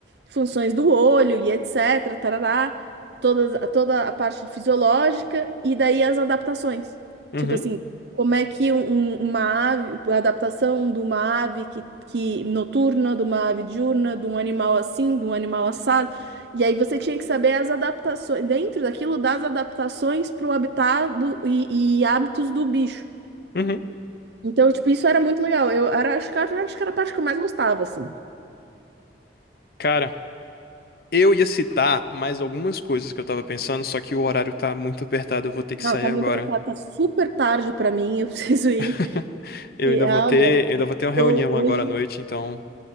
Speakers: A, on the right; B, on the left.
A: funções do olho e etc, tarará, todas, toda a parte fisiológica e daí as adaptações.
B: Uhum,
A: Tipo assim, como é que um- um- uma ave, a adaptação de uma ave que, que noturna, de uma ave diurna, de um animal assim, de um animal assado. E aí você tinha que saber as adaptações, dentro daquilo, das adaptações para o habitat do, e, e hábitos do bicho.
B: uhum.
A: Então, tipo, isso era muito legal. Eu era, acho que, era- acho que era a parte que eu mais gostava, assim.
B: Cara. Eu ia citar mais algumas coisas que eu tava pensando, só que o horário tá muito apertado, eu vou ter que
A: Não,
B: sair
A: tá muito
B: agora.
A: apertado, tá super tarde para mim, eu <laughs> preciso ir.
B: <laughs> Eu
A: E
B: ainda
A: ah,
B: vou ter,
A: olha,
B: eu ainda vou ter uma reunião
A: tô hoje.
B: agora à noite, então,